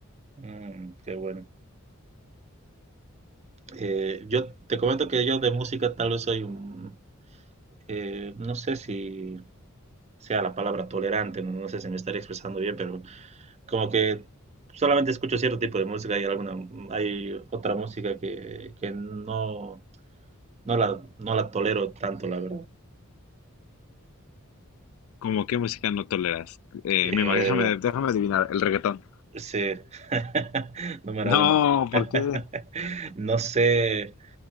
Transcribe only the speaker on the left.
¿Cómo qué música no toleras? Eh,
me imagino, déjame, déjame adivinar, el reggaetón.
No,
¿por
qué?